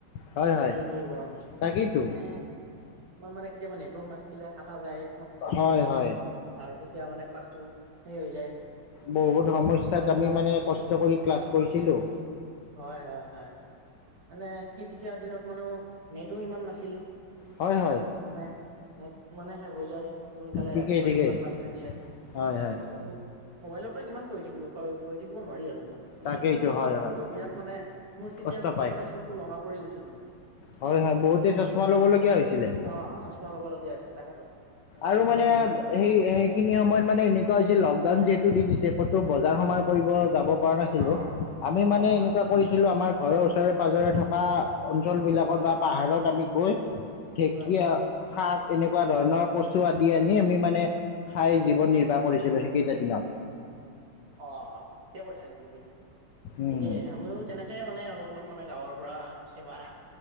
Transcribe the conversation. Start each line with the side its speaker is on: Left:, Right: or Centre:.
Left: হয় হয়
Right: হেই কৰিব কাৰণে,
Left: তাকেইতো
Right: নে ইমান মানে কেতিয়াবা নেটৱৰ্ক নাথাকিলে কাটা যায় ফোন
Left: হয় হয়
Right: আৰু তেতিয়া মানে ক্লাছটো সেই হৈ যায়।
Left: বহুত সমস্যাত
Right: আৰু তাৰে ফলত
Left: আমি মানে কষ্ট কৰি ক্লাছ
Right: হয়
Left: কৰিছিলোঁ।
Right: হয় হয় হয়। মানে সেই তেতিয়া দিনত মানো নেটো ইমান নাছিল।
Left: হয় হয়।
Right: মানে নেট মানে শেষ হৈ যায় অতি সোনকালে
Left: ঠিকেই
Right: ৰাতিপুৱা
Left: ঠিকেই
Right: ৰাতিপুৱা ক্লাছ থাকিলে।
Left: হয় হয়।
Right: আৰু মোবাইলৰ পৰা কিমান পঢ়ি থাকিব <unintelligible> পঢ়ি থাকিব নোৱাৰি আৰু ইমান। মানে
Left: তাকেইটো
Right: চকু
Left: হয় হয়
Right: কিন্তু বিৰাট মানে মোৰ তেতিয়া
Left: কষ্ট পায়
Right: মানে চকু ৰঙা পৰি গৈছিল মানে,
Left: হয় হয় বহুতে চশমা ল'বলগীয়া হৈছিলে
Right: অঁ চছ মা লবলগীয়া হৈছিল তাকেতো।
Left: আৰু
Right: এনেকুৱা
Left: মানে
Right: দিনবোৰ পৰিছিল
Left: সেই সেইখিনি সময়ত মানে এনেকুৱা হৈছিল লকডাউন
Right: হয়
Left: যিহে তু দি দিছে কতো বজাৰ সমাৰ কৰিব যাব পৰা নাছিলো,
Right: অ
Left: আমি মানে
Right: অ হয়
Left: এনেকুৱা
Right: হয়
Left: কৰি ছিলো আমাৰ ঘৰৰ ওচৰে পাঁজৰে থকা। অঞ্চলবিলাকত
Right: হয়
Left: বা পাহাৰত আমি গৈ, ঢেঁকীয়া
Right: হয়
Left: শাক এনেকুৱা ধৰণৰ। কচু আদি আনি আমি মানে খাই জীৱন নিৰ্বাহ কৰিছিলো সেইকেইটা দিনত।
Right: অহ ঠিকে কৰিছা কিন্তু দেই,
Left: উম
Right: ঠিকেই আমিও তেনে কেই মানে অলপ অলপ মানে গাঁৱৰ পৰা কেতিয়াবা।